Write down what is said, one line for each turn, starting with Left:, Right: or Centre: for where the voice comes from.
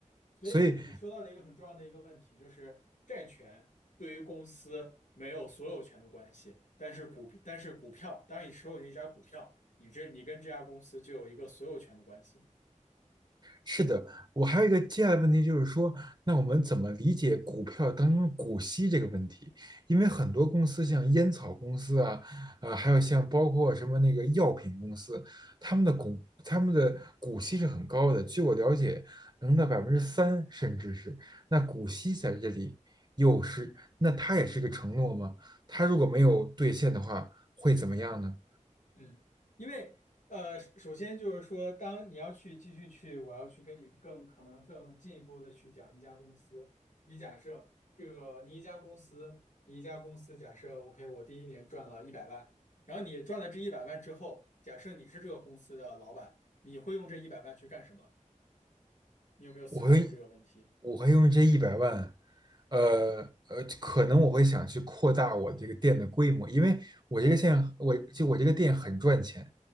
Left: 所以你你说到了一个很重要的一个问题，
Right: 所以
Left: 就是债权对于公司没有所有权的关系，但是股但是股票，当你持有一家股票，你这你跟这家公司就有一个所有权的关系，
Right: 是的，我还有一个接下来的问题就是说，那我们怎么理解股票当中股息这个问题？因为很多公司，像烟草公司啊，呃，还有像包括什么那个药品公司，他们的股他们的股息是很高的，据我了解，能到百分之三，甚至是那股息在这里又是那它也是个承诺吗？它如果没有兑现的话，
Left: 嗯。
Right: 会怎么样呢？
Left: 嗯，因为呃，首先就是说，当你要去继续去，我要去跟你更可能更进一步的去讲一家公司。你假设这个你一家公司，你一家公司假设 OK，我第一年赚了一百万，然后你赚了这一百万之后，假设你是这个公司的老板，你会用这一百万去干什么？你有没有思考过这个问题？
Right: 我会我会用这一百万，呃呃，可能我会想去扩大我这个店的规模，因为我这个店我就我这个店很赚钱，
Left: 对。